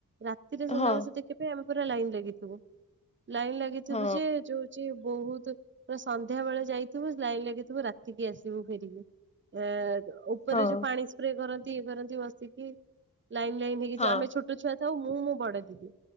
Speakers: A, on the right; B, on the left.
A: ରାତିରେ ସୁନାବେସ
B: ହଁ
A: ଦେଖ ଆମେ ପୁରା ଲାଇନ୍ ଲାଗିଥିବୁ ଲାଇନ୍ ଲାଗିଥିବୁଯେ
B: ହଁ
A: ଯୋଉଛି ବହୁତ୍ ପୁରା ସନ୍ଧ୍ୟାବେଳେ ଯାଇଥିବୁ ଲାଇନ ଲାଗିଥିବୁ ରାତିକି ଆସିବୁ ଫେରିକି। ଏ ଉପରେ
B: ହଁ
A: ଯୋଉ ପାଣି ସ୍ପ୍ରେ କରନ୍ତି ଇଏ କରନ୍ତି ବସିକି ଲାଇନ୍ ଲାଇନ ହେଇ ଏଇ
B: ହଁ ହଁ
A: ଯୋଉ ଆମେ ଛୋଟ ଛୁଆ ଥାଉ ମୁଁ ମୋ ବଡ ଦିଦି।